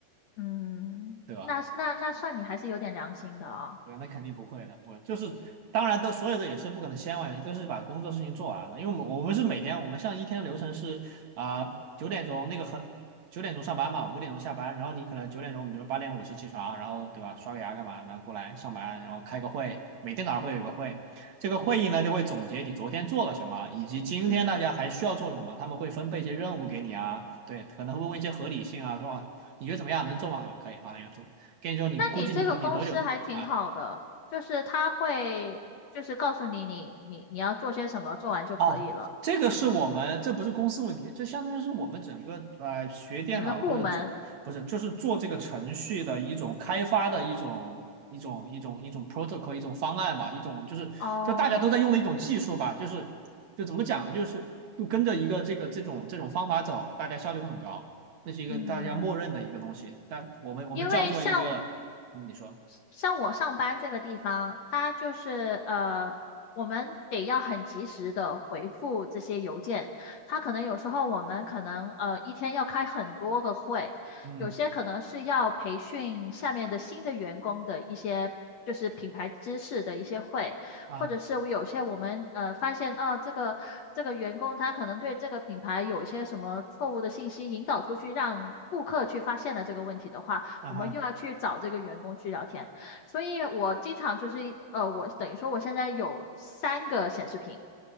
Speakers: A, on the left (about 60°); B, on the right (about 60°).
A: 嗯，
B: 对吧？
A: 那那那算你还是有点良心的啊。
B: 对吧？那肯定不会的，不会，就是当然都所有的也是不可能先玩游戏，都是把工作事情做完了。因为我们我们是每天，我们像一天的流程是啊九、点钟那个很九点钟上班嘛，五点钟下班，然后你可能九点钟，比如八点五十起床，然后对吧，刷个牙干嘛，然后过来上班，然后开个会，每天早上会有个会，这个会议呢就会总结你昨天做了什么，以及今天大家还需要做什么，
A: 嗯，
B: 他们会分配一些任务给你啊，对，可能会问一些合理性啊，是吧？你觉得怎么样？能做吗？啊可以，啊，那就做。跟你说，你估计你多你多久？
A: 那你这个公司还挺好的，
B: 啊，
A: 就是他会就是告诉你你你你要做些什么，做完就可以了。
B: 哦，这个是我们，这不是公司问题，这相当于是我们整个呃学电脑或者做，
A: 你们的部门
B: 不是，就是做这个程序的一种开发的一种一种一种一种 protocol 一种方案吧，一种就是就大家都在用的一种技术吧，
A: 哦，
B: 就是就怎么讲呢，就是就跟着一个这个这种这种方法走，大家效率会很高，那是一个大家默认的一个东西，
A: 嗯。
B: 但我们我们叫做一个，
A: 因为像
B: 你说，
A: 像我上班这个地方，它就是呃，我们得要很及时的回复这些邮件。它可能有时候我们可能呃一天要开很多个会，
B: 嗯
A: 有些可能是要培训下面的新的员工的一些就是品牌知识的一些会，
B: 啊
A: 或者是有些我们呃发现啊这个这个员工他可能对这个品牌有一些什么错误的信息引导出去，让顾客去发现了这个问题的话。
B: 啊哈，
A: 我们又要去找这个员工去聊天。所以我经常就是呃，我等于说我现在有三个显示屏，